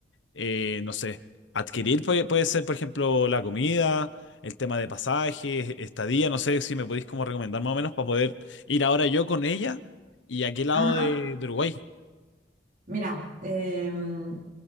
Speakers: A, on the left; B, on the right.
A: eh, no sé, adquirir. Puede, puede ser, por ejemplo, la comida, el tema de pasajes, estadía, no sé si me podéis como recomendar más o menos para poder ir ahora yo con ella y a qué lado
B: Ajá.
A: de, de Uruguay.
B: Mira, em,